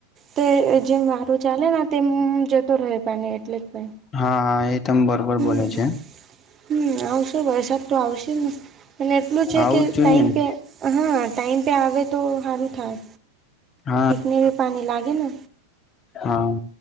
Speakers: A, on the right; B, on the left.
A: તે જેમ વારો ચાલે ને તેમ જતો રહે પાની એટલે. પણ
B: હા હા એ તમ બરોબર
A: હમ
B: બોલે છે.
A: હમ આવશો વરસાદ તો આવશે ને અને એટલું છે
B: આવું
A: કે
B: જ જોઈએ
A: ટાઈમ
B: ને
A: પે હા ટાઈમ પે આવે તો હારું થાય.
B: હા.
A: <inaudible> પાણી લાગે ને.
B: હા,